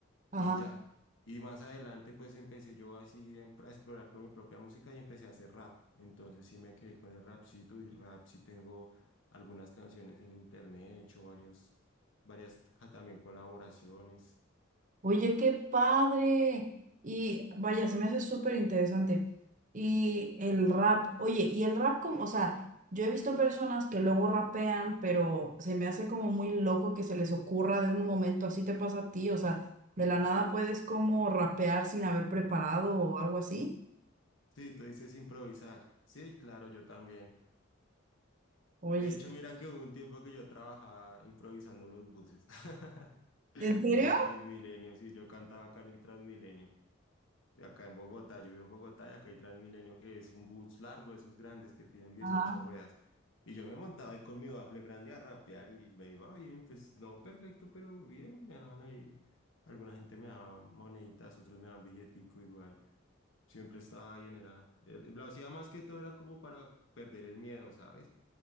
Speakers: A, on the right (about 40°); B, on the left (about 70°).
A: ajá.
B: y ya. Y más adelante pues empecé yo así a em- a explorar con mi propia música y empecé a hacer rap. Entonces sí me quedé con el rapcito y rap sí tengo algunas canciones en internet, he hecho varios, varias ca- también colaboraciones.
A: Oye, qué padre. Y vaya, se me hace súper interesante. Y el rap, oye, y el rap como, o sea, yo he visto personas que luego rapean, pero se me hace como muy loco que se les ocurra de un momento, así te pasa a ti, o sea, de la nada puedes como rapear sin haber preparado o algo así.
B: Sí, tú dices improvisar. Sí, claro, yo también.
A: Oye,
B: De hecho, mira que hubo un tiempo que yo trabajaba improvisando en los buses, <laughs>
A: ¿en serio?
B: en el Transmilenio, sí, yo cantaba acá en el Transmilenio. de acá en Bogotá. Yo vivo en Bogotá y acá hay Transmilenio, que es un bus largo, de esos grandes que tienen dieciocho
A: Ah,
B: ruedas. Y yo me montaba ahí con mi bafle grande a rapear y me iba bien, pues no perfecto, pero bien, me daban ahí. Alguna gente me daba moneditas, otros me daban billetico igual. Siempre estaba bien, era. el- Lo hacía más que todo era como para perder el miedo, ¿sabes?